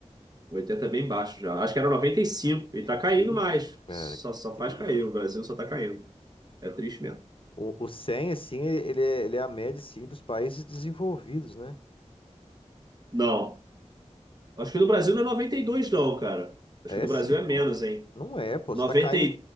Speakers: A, on the right; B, on the left.
A: Oitenta é bem baixo já. Acho que era noventa e cinco e
B: que
A: tá caindo
B: triste,
A: mais.
B: cara,
A: Só,
B: que
A: só
B: triste.
A: faz cair, o Brasil só tá caindo. É triste mesmo.
B: O, o 100, assim, ele é, ele é a média, assim, dos países desenvolvidos, né?
A: Não, acho que do Brasil não é 92 não, cara. Acho
B: É
A: que do Brasil
B: sim,
A: é menos,
B: pô.
A: hein?
B: Não é, pô.
A: 90
B: Você tá caindo, em-